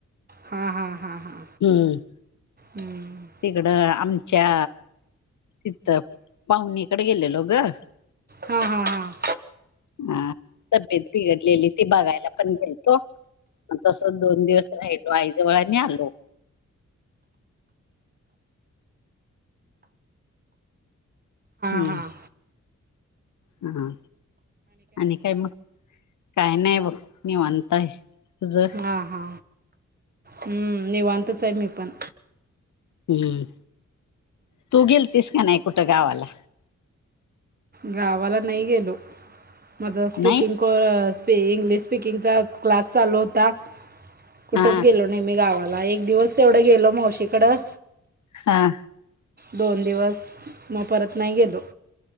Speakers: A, on the right; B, on the left.
A: हा हां हां हां....
B: हम्म..
A: हम्..
B: तिकडं आमच्या तिथ पाहुणीकडे गेलेलो ग..
A: हा हा हा हा..
B: हा तब्येत बिघडलेली ते बघायला पण गेलतो. मग तसच दोन दिवस राहिलो आईजवळ अन आलो. हम्म..
A: हां हां
B: हा.. आणि काय मग? काय नाही बघ निवांत हाय.. तुझं?
A: हा हा.. हम्म.. निवांतच आहे मी पण.
B: हम्म.. तू गेलतिस काय नाय कुठं गावाला?
A: गावाला नाही गेलो.. माझं आज स्पीकिंग
B: नाही
A: कोरस इंग्लिश स्पिंगग चा क्लास चालू होता. कुठंच
B: हा
A: गेलो नाहीे. मी गावाला एक दिवस तेवढं गेलो मावशीकडं
B: हा..
A: दोन दिवस मग परत नाही गेलो.